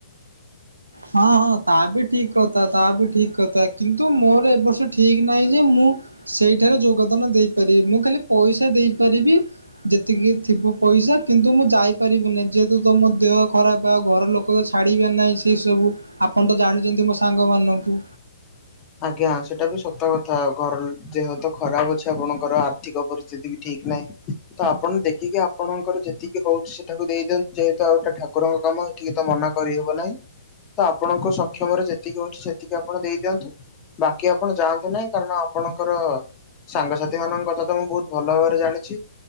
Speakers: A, on the right (about 80°); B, on the left (about 25°).
A: ହଁ- ହଁ ତା ବି ଠିକ୍ କଥା, ତା ବି ଠିକ୍ କଥା କିନ୍ତୁ ମୋର ଏ ବର୍ଷ ଠିକ୍ ନାହିଁ ଯେ ମୁଁ ସେଇଠାରେ ଯୋଗଦାନ ଦେଇପାରିବି, ମୁଁ ଖାଲି ପଇସା ଦେଇପାରିବି। ଯେତିକି ଥିବ ପଇସା, କିନ୍ତୁ ମୁଁ ଯାଇପାରିବିନି। ଯେହେତୁ ତ ମୋ ଦେହ ଖରାପ ଆଉ ଘର ଲୋକ ଲୋକ ତ ଛାଡ଼ିବେ ନାହିଁ ସେସବୁ, ଆପଣ ତ ଜାଣିଛନ୍ତି ମୋ ସାଙ୍ଗମାନଙ୍କୁ।
B: ଆଜ୍ଞା ସେଟା ବି ସତ କଥା, ଘର ଯେହେତୁ ଖରାପ ଅଛି ଆପଣଙ୍କର ଆର୍ଥିକ ପରିସ୍ଥିତି ବି ଠିକ ନାହିଁ, ତ ଆପଣ ଦେଖିକି ଆପଣଙ୍କର ଯେତିକି ହଉଛି ସେଠାକୁ ଦେଇ ଦିଅନ୍ତୁ। ଯେହେତୁ ଆଉ ଗୋଟା ଠା କୁରଙ୍କ କାମ ଏଠିକି ତ ମନା କରିହେବ ନାହିଁ। ତ ଆପଣଙ୍କ ସକ୍ଷମରେ ଯେତିକି ହଉଛି, ସେତିକି ଆପଣ ଦେଇ ଦିଅନ୍ତୁ। ବାକି ଆପଣ ଯାଆନ୍ତୁ ନାହିଁ କାରଣ ଆପଣଙ୍କର ସାଙ୍ଗସାଥି ମାନଙ୍କ କଥା ତ ମୁଁ ବହୁତ ଭଲ ଭାବରେ ଜାଣିଚି।